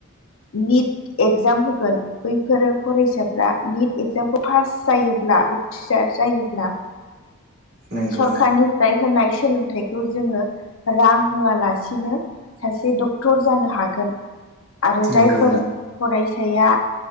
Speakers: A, on the left (about 70°); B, on the right (about 45°).
A: निट एगजाम होगोन बैफोरो फरायसा फ्रा निट एक्जामखौ पास जायोब्ला उथ्रिसार जायोब्ला
B: नंगौ
A: सरखारनिफ्राय
B: नंगौ
A: होनाय सोलों थाइखौ जोङो रां होआलासिनो सासे डक्टर जानो हागोन आरो
B: नंगौ
A: जायफोर
B: नंगौ
A: फरायसाया